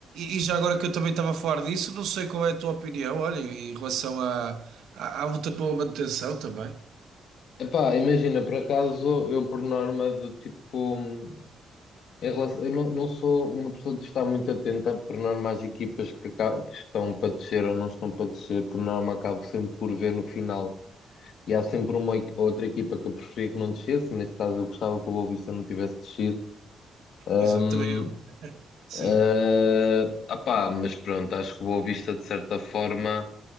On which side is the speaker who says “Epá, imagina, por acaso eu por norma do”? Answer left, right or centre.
Left